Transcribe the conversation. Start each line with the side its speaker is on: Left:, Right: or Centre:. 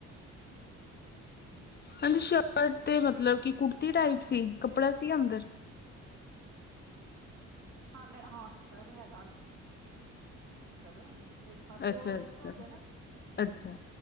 Right: ਹੂੰ,
Left: ਹਾਂਜੀ, ਸ਼ਰਟ ਤੇ ਮਤਲਬ ਕਿ ਕੁੜਤੀ ਟਾਈਪ ਸੀ ਕੱਪੜਾ ਸੀ ਅੰਦਰ।
Right: ਹਾਂ ਹਾਂ, ਕੱਪੜਾ ਤੇ ਹੈਗਾ ਅੰ ਦਰ <unintelligible>
Left: ਅੱਛਾ ਅੱਛਾ
Right: ਧੋਤੇ ਆ ਨਾ।
Left: ਅੱਛਾ।